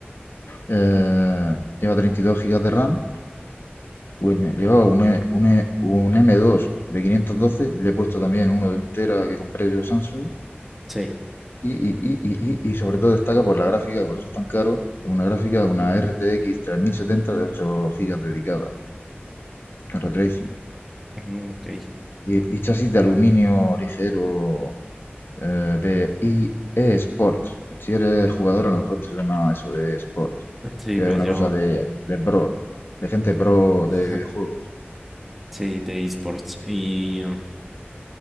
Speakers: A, on the left; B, in the centre.
A: Eh, lleva 32 gigas de RAM Pues me llevaba un, E- un, E- un M2 de 512, le he puesto también uno de un tera que compré yo Samsung.
B: sí.
A: Y, y, y, y, y, y sobre todo destaca por la gráfica, que por eso es tan caro, una gráfica, una RTX 3070 de 8 GB dedicada, con retracing.
B: Ujú, Ok,
A: Y, y chasis de aluminio ligero eh, de IE Sport. Si eres jugador, a lo mejor te suena eso de Sport,
B: sí,
A: que
B: pues
A: es una
B: yo,
A: Sí, cosa de, de pro, de gente
B: ok.
A: pro
B: <laughs>
A: de videojuegos.
B: Sí, de esports. ¿Y mm,